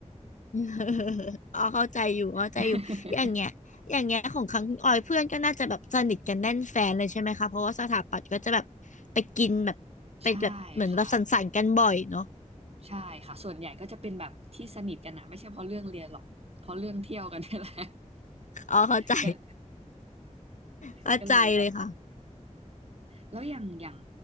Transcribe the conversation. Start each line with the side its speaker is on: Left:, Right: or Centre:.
Left: <laughs> อ๋อเข้าใจอยู่เข้าใจอยู่อย่างเงี้ยอย่างเงี้ยของครั้งออยเพื่อนก็น่าจะแบบสนิทกันแน่นแฟนเลยใช่ไหมคะเพราะว่าสถาปัตย์ก็จะแบบไปกินแบบไปแบบเหมือนเราสังสรรค์กันบ่อยเนาะ
Right: <laughs> ใช่ค่ะใช่ค่ะส่วนใหญ่ก็จะเป็นแบบที่สนิทกันอะไม่ใช่เพราะเรื่องเรียนหรอกเพราะเรื่องเที่ยวกันนี่แหละ
Left: อ๋อเข้าใจ
Right: ก็ <laughs>
Left: เข้าใจเลยค่ะ
Right: ก็เลยแบบแล้วอย่างอย่าง